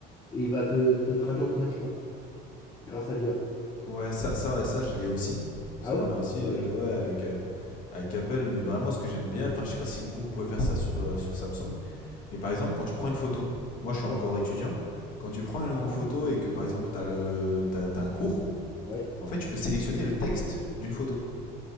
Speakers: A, on the left; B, on the left.
A: et il va te, te traduire automatiquement grâce à l'IA.
B: Ouais, ça, ça, ouais, ça je l'ai aussi.
A: Ah
B: Ça
A: ouais?
B: on l'a aussi,
A: Ok.
B: euh, ouais, avec euh, avec Apple. Mais vraiment, ce que j'aime bien, enfin, je sais pas si vous, vous pouvez faire ça sur euh, sur Samsung. Mais par exemple, quand tu prends une photo, moi je suis
A: Ouais,
B: encore étudiant. Quand tu prends une photo et que par exemple t'as le t'as t'as un cours,
A: ouais.
B: en fait, tu peux sélectionner le texte d'une photo.